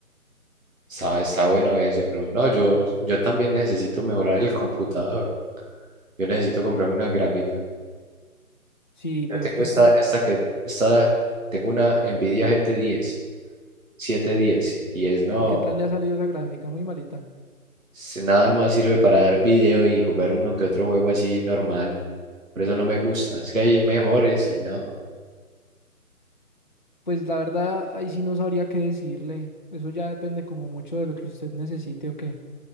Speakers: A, on the right; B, on the left.
A: Está, está bueno eso, pero no, yo, yo también necesito mejorar el computador. Yo necesito comprarme una gráfica.
B: Sí,
A: Yo
B: pero
A: tengo
B: es que
A: esta,
B: usted,
A: esta que, esta, tengo una Nvidia GT10, 710, y es no,
B: ¿y qué tal le ha salido esa gráfica? Muy malita.
A: es- nada más sirve para dar video y jugar uno que otro juego así normal. Por eso no me gusta. Es que hay mejores y no.
B: Pues la verdad, ahí sí no sabría qué decirle. Eso ya depende como mucho de lo que usted necesite o qué.